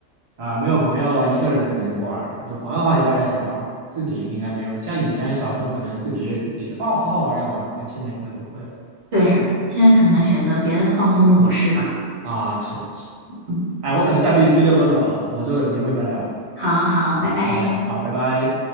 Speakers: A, on the right; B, on the right.
A: 啊、没有朋友了，一个人可能就不玩了。有朋友的话，就大家一起玩玩，自己应该没有。像以前小时候，可能自己也也就哦，好好玩要玩，但现在可能不会了
B: 对呀、现在可能选择别的放松模式吧。
A: 啊。是的，是的，
B: 嗯，
A: 哎，我可能下去去遛个狗了，我们之后有机会再聊。
B: 好好，拜拜。
A: OK，好，拜拜。